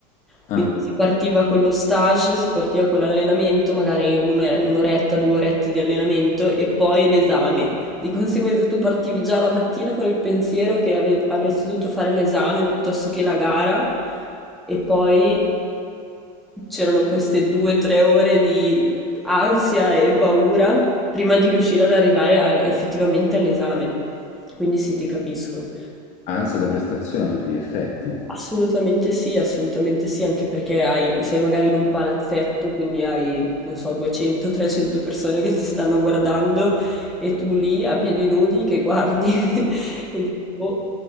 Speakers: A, in the centre; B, on the left.
A: Quindi
B: Ah,
A: si partiva con lo stage, si partiva con l'allenamento, magari un'ore- un'oretta, due orette di allenamento e poi l'esame. Di conseguenza tu partivi già la mattina con il pensiero che ave- avresti dovuto fare l'esame piuttosto che la gara e poi c'erano queste due o tre ore di ansia e paura prima di riuscire ad arrivare al- effettivamente all'esame. Quindi sì, ti capisco.
B: ansia da prestazione a tutti gli effetti.
A: Assolutamente sì, assolutamente sì, anche perché hai- sei magari in un palazzetto, quindi hai, non so, 200-300 persone che ti stanno guardando e tu lì a piedi nudi che guardi <laughs> e dici, "Boh,